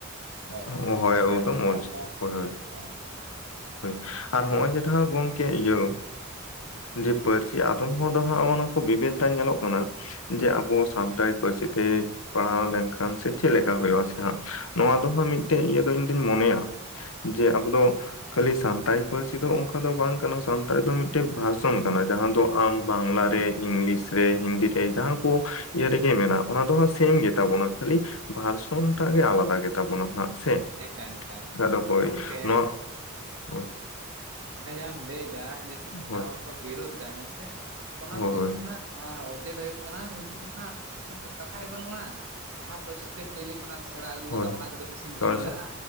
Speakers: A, on the right; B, on the left.
A: <unintelligible>
B: ᱦᱳᱭ
A: ᱚᱱᱠᱟ
B: ᱮᱠᱫᱚᱢ
A: ᱞᱮᱠᱟ ᱛᱮ
B: ᱚᱞᱪᱤᱠᱤ
A: ᱟᱵᱚ ᱦᱚᱸ
B: ᱦᱳᱭ ᱦᱳᱭ
A: <inaudible> ᱚᱸ ᱾
B: ᱦᱳᱭ ᱟᱨ ᱦᱚᱸᱜ-ᱚᱭ ᱡᱮᱴᱟ ᱜᱚᱝᱠᱮ ᱤᱭᱟᱹ ᱡᱮ ᱯᱟᱹᱨᱥᱤ ᱟᱫᱚᱢ ᱦᱚᱲ ᱫᱚ ᱦᱟᱜ ᱱᱚᱣᱟ ᱠᱚ ᱵᱤᱵᱮᱫᱽᱫᱟ ᱧᱮᱞᱚᱜ ᱠᱟᱱᱟ ᱡᱮ ᱟᱵᱚ ᱥᱟᱱᱛᱟᱲᱤ ᱯᱟᱹᱨᱥᱤ ᱛᱮ ᱯᱟᱲᱦᱟᱣ ᱞᱮᱱᱠᱷᱟᱱ ᱥᱮ ᱪᱮᱫ ᱞᱮᱠᱟ ᱦᱩᱭᱩᱜ-ᱟ ᱥᱮ ᱦᱟᱸᱜ ᱱᱚᱣᱟ ᱫᱚ ᱦᱟᱸᱜ ᱢᱤᱫᱴᱮᱡ ᱤᱭᱟᱹ ᱫᱚ ᱤᱧᱫᱩᱧ ᱢᱚᱱᱮᱭᱟ ᱡᱮ ᱟᱵᱚ ᱫᱚ ᱠᱷᱟᱹᱞᱤ ᱥᱟᱱᱛᱟᱲᱤ ᱯᱟᱹᱨᱥᱤ ᱫᱚ ᱚᱱᱠᱟ ᱫᱚ ᱵᱟᱝ ᱠᱟᱱᱟ ᱥᱟᱱᱛᱟᱲᱤ ᱫᱚ ᱢᱤᱫᱴᱮᱡ ᱵᱷᱟᱨᱥᱚᱱ ᱠᱟᱱᱟ ᱡᱟᱦᱟᱸ ᱫᱚ ᱟᱢ ᱵᱟᱝᱞᱟ ᱨᱮ ᱤᱝᱞᱤᱥ ᱨᱮ ᱦᱤᱱᱫᱤ ᱨᱮ ᱡᱟᱦᱟᱸ ᱠᱚ ᱤᱭᱟᱹ ᱨᱮᱜᱮ ᱢᱮᱱᱟᱜ ᱚᱱᱟ ᱫᱚ ᱦᱟᱸᱜ ᱥᱮᱢ ᱜᱮ ᱛᱟᱵᱚᱱᱟ ᱠᱷᱟᱹᱞᱤ ᱵᱷᱟᱨᱥᱚᱱᱴᱟᱜ ᱜᱮ ᱟᱞᱟᱫᱟ ᱜᱮ ᱛᱟᱵᱚᱱᱟ ᱦᱟᱸᱜ ᱥᱮ ᱾ <inaudible>
A: ᱮᱠᱟᱞ ᱮᱠᱟᱞ
B: ᱟᱫᱚ ᱦᱳᱭ
A: ᱜᱚᱝᱠᱮ
B: ᱱᱚᱣᱟ <inaudible> ᱦᱳᱭ ᱾
A: ᱚᱱᱮ ᱡᱟᱦᱟᱸᱢ ᱞᱟᱹᱭᱮᱫᱟ ᱡᱮ ᱮᱴᱟᱜ
B: ᱦᱳᱭ
A: ᱦᱚᱲ ᱠᱚ ᱵᱤᱨᱳᱫᱽ ᱮᱫᱟ ᱦᱮᱸᱥᱮ, ᱚᱱᱟ
B: ᱦᱳᱭ
A: ᱵᱤᱨᱳᱫᱽ ᱨᱮᱱᱟᱜ ᱚᱡᱮ ᱫᱚ ᱦᱩᱭᱩᱜ ᱠᱟᱱᱟ ᱩᱱᱠᱩ ᱫᱚ ᱦᱟᱸᱜ ᱠᱟᱛᱷᱟ ᱨᱮ ᱵᱟᱹᱱᱩᱜ-ᱟ ᱡᱟᱦᱟᱸ ᱯᱟᱹᱨᱥᱤ ᱛᱮ ᱯᱳᱭᱞᱳ ᱠᱷᱚᱱᱟᱜ ᱮᱢ ᱥᱮᱬᱟ ᱟᱹᱜᱩ
B: ᱦᱳᱭ
A: ᱟᱠᱟᱫᱟ ᱚᱱᱟ ᱜᱮᱛᱚ ᱵᱮᱥᱤᱢ
B: ᱦᱳᱭ
A: ᱫᱩᱞᱟᱹᱲᱟᱜ-ᱟ